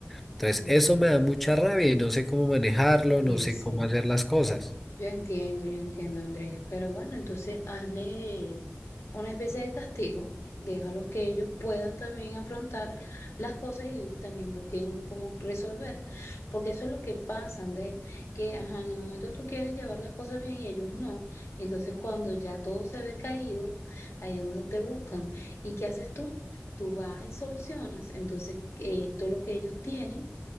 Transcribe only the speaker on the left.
Ujú.
Sí,
sí.
Yo entiendo, yo entiendo, Andrés, pero bueno, entonces hazle una especie de castigo, déjalos que ellos puedan también afrontar las cosas y, y también busquen cómo resolver, porque eso es lo que pasa, Andrés, que ajá, en el momento tú quieres llevar las cosas bien y ellos no, entonces cuando ya todo se ve caído, ahí es donde te buscan. ¿Y qué haces tú? Tú vas y solucionas, entonces eh, esto es lo que ellos tienen.